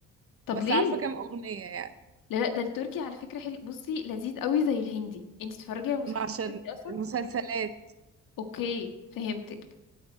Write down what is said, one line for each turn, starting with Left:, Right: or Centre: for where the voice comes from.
Left: طب
Right: بس
Left: ليه
Right: عارفه كام اغنيه يعني
Left: لا لا ده التركي على فكرة حلو بصي لذيذ قوي زي الهندي انت تتفرجي على مسلسلات
Right: عشان
Left: تركي اصلا
Right: المسلسلات
Left: اوكي فهمتك